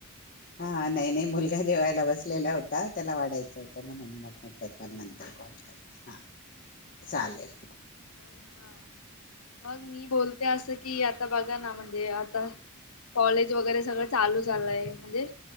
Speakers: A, on the left (about 40°); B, on the left (about 75°).
A: हा, नाही, नाही मुलगा जेवायला बसलेला होता त्याला वाढायचं होतं म्हणून मग म्हंटलं नंतर कॉल हा चालेल
B: हा मग हा मग मी बोलते असं कि आता बघा ना, म्हणजे आता कॉलेज वगैरे सगळं चालू झालंय म्हणजे